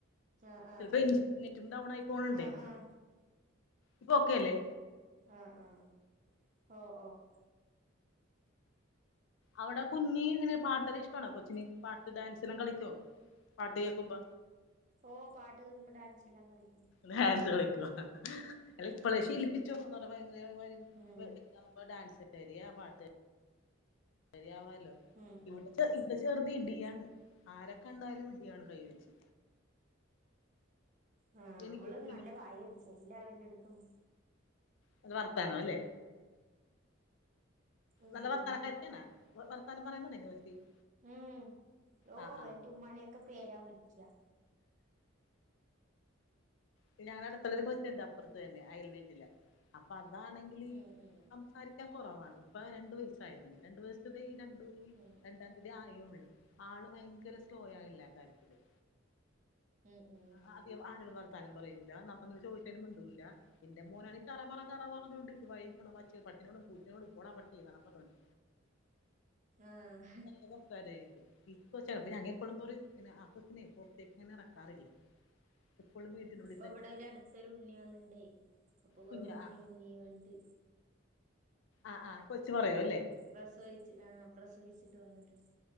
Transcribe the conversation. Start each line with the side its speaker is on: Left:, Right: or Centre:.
Right: ആഹ് ആഹ്
Left: ചെല്പ്പ <unintelligible> നെറ്റും ഡൗൺ ആയി പോണ് ഇണ്ടേ.
Right: ആഹ് ആഹ്
Left: ഇപ്പോ ഓക്കേ അല്ലേ
Right: ആഹ് ആഹ് ഓഹ് ഓഹ്
Left: അവിടെ കുഞ്ഞി ഇങ്ങനെ പാട്ടേള് ഇഷ്ടാണോ കൊച്ചിന് പാട്ട് ഡാൻസ് എല്ലാം കളിക്കോ. പാട്ട് കേക്കുംമ്പ
Right: ഓ പാട്ട് കേക്കുമ്പോ ഡാൻസ് എല്ലാം കളിക്കും
Left: ഡാൻസ് കളിക്കോ അല്ല
Right: ഉം
Left: ഇപ്പളെ ശീലിപ്പിച്ചോ <unintelligible>
Right: ഉം
Left: ഇപ്പ ഡാൻസ് കേരിയ ആ പാട്ട് കാര്യാവാലോ
Right: ഉം
Left: ഇവിടെ
Right: ഉം
Left: ഇൻ ചെറുത് ഇടിയാണ്. ആരെ കണ്ടാലും ഇടിയാണ് കൈ വെച്ച്.
Right: ആഹ്
Left: എനിക്ക്
Right: ഇവള്
Left: എനിക്ക്
Right: നല്ല വായ ഇടിച്ച എല്ലാ വര്ന്റെ അടുത്തും.
Left: നല്ല വർത്താനം അല്ലേ.
Right: ഉം
Left: നല്ല വർത്താനക്കാര്ത്തിയാണ്. വർത്താനം പറയാൻ <unintelligible> <unintelligible>
Right: ഉം ഓ
Left: ആഹ്
Right: എന്റെ ഉമ്മാന്യാെക്കെ പേരാ വിളിക്ക
Left: പിന്നെ ഞങ്ങള്ടെ അടുത്തുള്ളൊരു കൊച്ചുണ്ട് അപ്പറ്ത്തെന്നെ അയൽ വീട്ടില് അപ്പൊ അതാണെങ്കില്
Right: ഉം ഉം
Left: സംസാരി ക്കാൻ കുറവാണ് ഇപ്പ രണ്ടു വയസായതിന് രണ്ടു വയസത് ഈ രണ്ട്
Right: ഉം
Left: രണ്ട ഇതായുള്ളൂ ആള് ഭയങ്കര സ്ലോയാ എല്ലാ കാര്യത്തിലും
Right: ഉം ഉം
Left: ആ- ആരോടും വർത്താനം പറയൂല്ല നമ്മളൊന്ന് ചോദിച്ചതിന് മിണ്ടൂല്ല ഇന്റെ മോനാണെങ്കി ചറ പറ ചറ പറഞ്ഞോണ്ടിരിക്കും വഴി പോന്ന പട്ടി പട്ടിനോടും പൂച്ചനോടും പോടാ പട്ടി പറഞ്ഞോണ്ട്
Right: ആഹ്
Left: <unintelligible> ഇപ്പോ ചെലപ്പോ ഞങ്ങെ എപ്പോളും പറയും ഇങ്ങനെ ആ കൊച്ചിനെ പുറത്തേക്ക ഇങ്ങനെ അറക്കാറില്ല എപ്പോളും വീട്ടിലുനുള്ളി
Right: ഇപ്പോ ഇവിടെ ഒര് അടുത്തൊരു ഉണ്ണി വന്നിണ്ടേ അപ്പൊ
Left: കുഞ്ഞ്
Right: വെറും ഉണ്ണി
Left: ആ
Right: ഉണ്ണി പറഞ്ഞിട്ട്
Left: ആഹ് ആഹ് കൊച്ചു പറയൂം അല്ലേ
Right: പ്രസവിച്ച് ആഹ് പ്രസവിച്ചിട്ട് വന്നിട്ടുണ്ട്